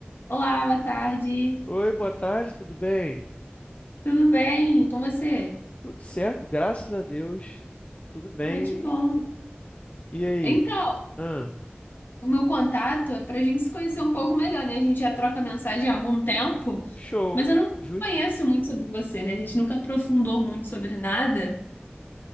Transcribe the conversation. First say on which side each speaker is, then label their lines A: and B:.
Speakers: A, on the left; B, on the left.
A: Olá, boa tarde.
B: Oi, boa tarde, tudo bem?
A: Tudo bem com você?
B: Tudo certo, graças a Deus. Tudo bem.
A: Ai, que bom.
B: E aí?
A: Então,
B: Ah,
A: o meu contato é para a gente se conhecer um pouco melhor, né? A gente já troca mensagem há algum tempo,
B: show,
A: mas eu não
B: justo.
A: conheço muito sobre você, né? A gente nunca aprofundou muito sobre nada,